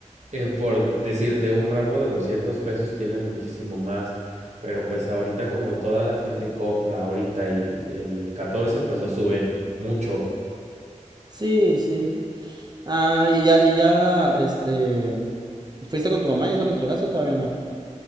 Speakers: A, on the right (about 65°); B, on the right (about 35°).
A: eh, por decirte, un ramo de 200 pesos tiene muchísimo más, pero pues ahorita como toda la gente compra ahorita y el 14 pues lo suben mucho.
B: Sí, sí. Ah, y ya, y ya, este, ¿fuiste con tu mamá y eso lo entregaste o todavía no?